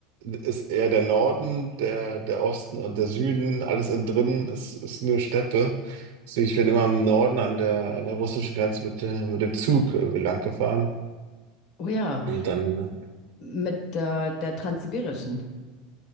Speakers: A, on the right (about 75°); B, on the left (about 55°).
A: ist eher der Norden, der, der Osten und der Süden, alles innen drin ist, ist nur Steppe. Deswegen, ich bin immer im Norden an der, an der russischen Grenze mit, der- mit dem Zug äh, lang gefahren
B: Oh ja,
A: und dann äh,
B: mit äh, der Transsibirischen